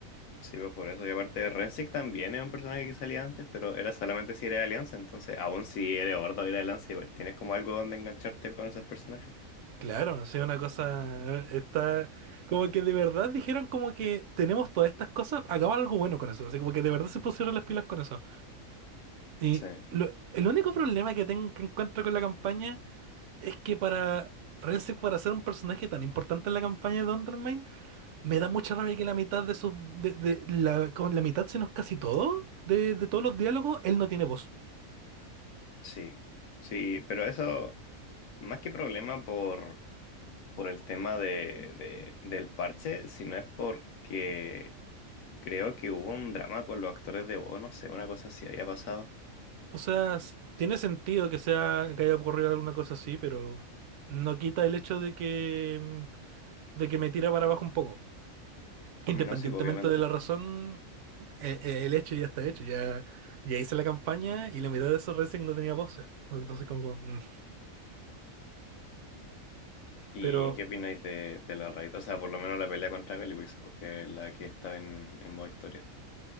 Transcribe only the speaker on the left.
Sí, pues por eso. Y aparte, de Rensic también era un personaje que salía antes, pero era solamente si era de Alianza, entonces aún si eres Horda o era de Alianza, igual tienes como algo donde engancharte con esos personajes.
Sí,
sí, sí, pero eso, más que problema por, por el tema de, de- del parche, sino es porque creo que hubo un drama con los actores de voz, no sé, una cosa así había pasado.
No, sí, pues, obviamente.
¿Y
qué opináis de, de la raid? O sea, por lo menos la pelea contra Calipix, porque es la que estaba en, en modo historia.